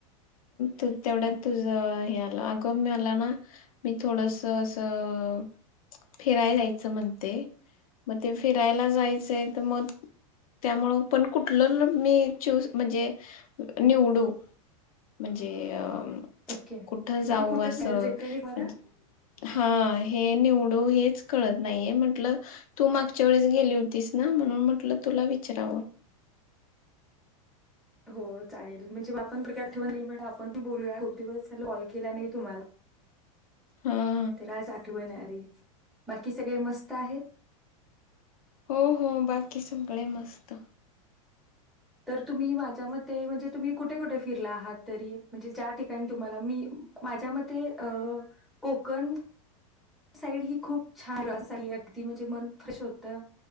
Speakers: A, on the left (about 85°); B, in the centre.
A: तू तेवढ्यात
B: ओ-
A: तुझं हे आलं क मला ना मी थोडस असं फिराया जायचं म्हणते मग ते फिरायला जायचंय तर मग त्यामुळ पण कुठलं मी चूस म्हणजे निवडू म्हणजे अअ
B: ओके म्हणजे
A: कुठ जाऊ
B: कुठे
A: असं
B: फिरायला जायचं हे मला
A: मंजे हाय हे निवडू हेच कळत नाहीये म्हटल तू मागच्या वेळेस गेली होतीस ना म्हणून म्हटलं तुला विचराव
B: हो चालेल म्हणजे मग आपण <unintelligible> आपण पण बोलूया खूप दिवसला कॉल केला नाही तुम्हाला
A: हा
B: तर आज आठवण आली बाकी सगळे मस्त आहेत.
A: हो हो बाकी सगळे मस्त
B: तर तुम्ही माझ्या मते म्हणजे तुम्ही कुठे कुठे फिरला आहात तरी म्हणजे ज्या ठिकाणी तुम्हाला मी माझ्या मते अ कोकण साईड ही खूप छान अस अगदी म्हणजे मन फ्रेश होतं